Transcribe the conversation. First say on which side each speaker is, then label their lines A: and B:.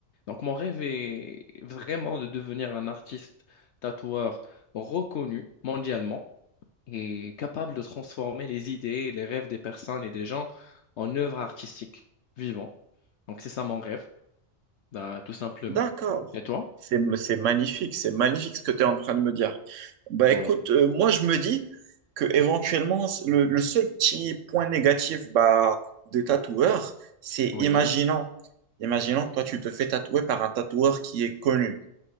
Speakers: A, on the left; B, on the right.
A: Donc mon rêve est vraiment de devenir un artiste tatoueur reconnu mondialement et capable de transformer les idées et les rêves des personnes et des gens en œuvres artistiques vivantes. Donc c'est ça mon rêve, ben, tout simplement.
B: D'accord.
A: Et toi?
B: C'est, c'est magnifique. C'est magnifique ce que tu es en train de me dire. Bah
A: Oui,
B: écoute, euh, moi, je me dis que éventuellement, le, le seul petit point négatif bah, des tatoueurs, c'est
A: oui.
B: imaginons, imaginons, que toi, tu te fais tatouer par un tatoueur qui est connu.